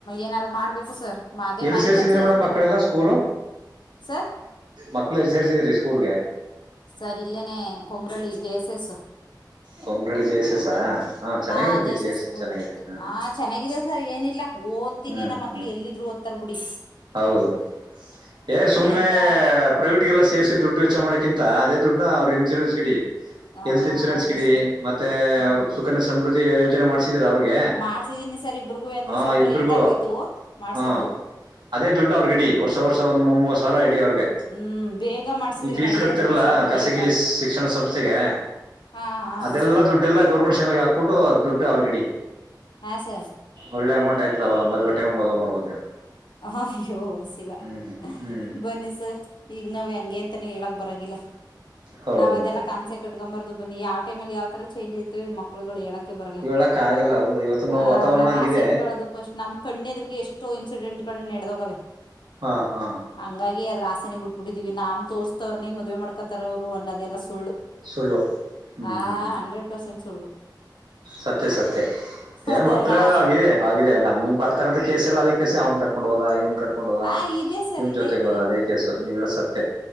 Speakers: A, on the left; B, on the right.
A: ಏನಾರು ಮಾಡ್ಬೇಕು ಸರ್ ಅದೇ
B: ಎಲ್ಲಿ
A: ಮನೆ
B: ಸೇರ್ಸಿದ್ರಿ
A: ಕೆಲ್ಸ ಇರುತ್ತಲ್ಲ
B: ಮೇಡಮ್ ಮಕ್ಕಳೆಲ್ಲಾ ಸ್ಕೂಲು.
A: ಸರ್
B: ಮಕ್ಳ ಎಲ್ಲಿ ಸೇರ್ಸಿದ್ರಿ ಸ್ಕೂಲ್ಗೆ.
A: ಸರ್ ಇಲ್ಲೇನೆ Kongralli J S S.
B: Kongralli J S S. ಹಾಂ ಚೆನ್ನಾಗಿದೆ
A: ಹಾ
B: ಬಿಡಿ
A: ಜೇಸ
B: ಸೇರಿಸಿ
A: ಎಸ್ ಸ್ಕೂಲ್ಗೋಯ್ತಾರಾ
B: ಚೆನ್ನಾಗಿದೆ ಹಾಂ
A: ಚೆನ್ನಾಗಿದಾಗಿದೆ ಸರ್ ಏನಿಲ್ಲ ಓದ್ತಿನಿನ
B: ಹ್ಞೂ ಹ್ಞೂ
A: ಮಕ್ಳು ಎಲ್ಲಿದ್ರು ಓದ ತರಬಡಿ
B: ಹೌದು ಏ ಸುಮ್ನೆ
A: ಎಂತ
B: ಪ್ರೈವೇಟಗೆಲ್ಲ ಸೇರಿಸಿ ದುಡ್ಡು ವೆಚ್ಚ ಮಾಡೋಕ್ಕಿ ಅದೇ ದುಡ್ನ ಅವ್ರ ಇನ್ಶೂರೆನ್ಸ ಗಿಡಿ.
A: ಆ
B: ಎಲ್ತ್ ಇನ್ಶೂರೆನ್ಸ್
A: ಅದೇ
B: ಗಿಡಿ
A: ಸರ್
B: ಮತ್ತೆ
A: ಹ್ಮ್
B: ಅವ್ರ ಸುಖನ ಸಮೃದ್ಧಿ ಯೋಜನೆ ಮಾಡ್ಸ ಅವ್ರಿಗೆ
A: ಮಾಡ್ಸಿದೀನಿ ಸರ್ ಇಬ್ರಗುವೆ ಅಂದ್ರೆ
B: ಹ
A: ಸ್ವಲ್ಪ
B: ಇಬ್ರಗೂ
A: ಲೇಟ್ ಆಗೋಯ್ತು ಮಾಡ್ಸಿದ್ದು
B: ಹ ಅದೇ ದುಡ್ಡನ ಅವ್ರಿಗ ಇಡಿ ವರ್ಷ ವರ್ಷ ಒಂದ ಮೂ ಮೂವರು ಸಾವಿರ ಇಡಿ ಅವ್ರಿಗೆ
A: ಹ್ಮ್ ಬೇಗ ಮಾಡ್ಸಿದ್ರೆ
B: ಈ ಫೀಸ್
A: ನಡಿಯೋದು
B: ಕಟ್ತಿರಲ್ಲ
A: ಸ್ವಲ್ಪ
B: ಖಾಸಗಿ
A: ಲೇಟ್ ಆಯ್ತು
B: ಶಿಕ್ಷಣ ಸಂಸ್ಥೆಗೆ
A: ಹಾ ಹಾ
B: ಅದೆಲ್ಲ
A: ಸರ್
B: ದುಡ್ಡೆಲ್ಲ ಗೌರ್ಮೆಂಟ್ ಶಾಲೆಗೆ ಹಾಕ್ಬಿಟ್ಟು ದುಡ್ಡು ಅವ್ರ ಗಿಡಿ.
A: ಹಾ ಸ
B: ಒಳ್ಳೆ ಅಮೌಂಟ್ ಆಯ್ತ ಅವಾಗ ಮದುವೆ ಟೈಮ ಮದುವೆ ಮಾಡ್ಬೋದು ನೀವು.
A: ಅಯ್ಯೋ ಶಿವ ಸವಾಯ
B: ಹ್ಞೂ ಹ್ಞೂ
A: ಬನ್ನ ಸ ಈಗ ನಾವ್ ಹೆಂಗೆ ಅಂತಾನೇ ಹೇಳಕ್ ಬರಗಿಲ್ಲ
B: ಹೌದು
A: ನಾವ್ ಅದೆಲ್ಲಾ
B: ಮೇಡಮ್
A: ಕ ಕಟ್ಕೊಂಬಾರದು ಬನ್ನಿ ಯಾವ ಟೈಮ್ಅಲ್ಲಿ ಯಾವ ತರ ಚೇಜ್ ಐತೆ ಮಕ್ ಮಕ್ಕಳುಗಳ ಹೇಳಕ್ಕೆ ಬರಲ್ಲ
B: ಹೇಳಕ್ ಆಗಲ್ಲ ಹೌದು ಇವತ್ತಿನ
A: ಆ
B: ವಾತಾವರಣ
A: ನಾವ್
B: ಹಂಗಿದೆ
A: ಆಸೆ ಇಟ್ಕೊಳ್ಳದು. ಫಸ್ಟ್ ನಮ ಕಣ್ಣದ್ರಗೆ ಎಷ್ಟೋ ಇನ್ಸಿಡೆಂಟ್ ಗಳ ನೆಡದೋಗವೆ.
B: ಹಾ ಹಾ
A: ಹಂಗಾಗಿ ಅದ್ರ ಆಸೆನೆ ಬಿಟ್ಬಟ್ಟಿದೀವಿ ನಾಮ್ ತೋರ್ಸ್ತವ್ರನೇ ಮದ್ವೆ ಮಾಡ್ಕೊತಾರ ಅವ್ರು ಅನ್ನೋದೆಲ್ಲ ಸುಳ್ಳು.
B: ಸುಳ್ಳು ಹ್ಞೂ
A: ಹಾ
B: ಹ್ಞೂ
A: ಹಂಡ್ರೆಡ್ ಪರ್ಸೆಂಟ್ ಸುಳ್ಳು.
B: ಸತ್ಯ ಸತ್ಯ ಏ
A: ಅದೆಲ್ಲಾ
B: ಮಕ್ಳ
A: ಆಸೆ
B: ಆಗಿದೆ
A: ಎಲ್ಲ ಇಟ್ಕೊಂಡಿಲ್ಲ
B: ಹಾಗಿದೆ ಆಗಿದೆ ನಮ್ಮ ಬರ್ತಕ್ಕಂತ ಕೇಸ ಎಲ್ಲದೇಸ ಅವ್ ಕರ್ಕೊಂಡ ಹೋದ ಇವ್ ಕರ್ ನೋಡುವ
A: ಆ ಇದೆ ಸರ್
B: ನಿವ್
A: ಇದೆ
B: ಜೊತೆಗೆ
A: ಇದೆ
B: ಹೋದ ಅದೇ ಕೇಸು ನೀ ಹೇಳಸತ್ತ.